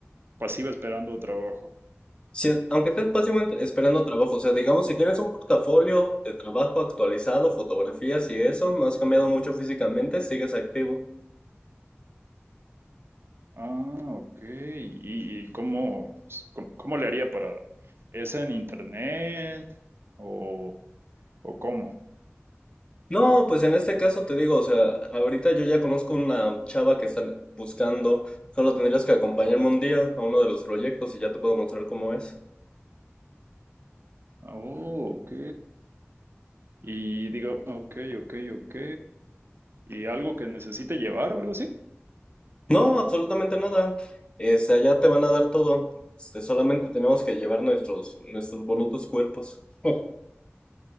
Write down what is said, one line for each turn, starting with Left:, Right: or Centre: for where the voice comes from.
Right: pasiva esperando trabajo.
Left: Si es- aunque estés básicamente esperando trabajo, o sea, digamos, si tienes un portafolio de trabajo actualizado, fotografías y eso, no has cambiado mucho físicamente, sigues activo.
Right: Ah, ok. ¿Y, y cómo, cómo, cómo le haría para... ¿Es en internet o, o cómo?
Left: No, pues en este caso te digo, o sea, ahorita yo ya conozco una chava que está buscando, solo tendrías que acompañarme un día a uno de los proyectos y ya te puedo mostrar cómo es.
Right: Oh, ok. Y digo, ok, ok, ok. Y algo que necesite llevar o algo así.
Left: No, absolutamente nada. Este, allá te van a dar todo. Este, solamente tenemos que llevar nuestros, nuestros bonitos cuerpos. <laughs>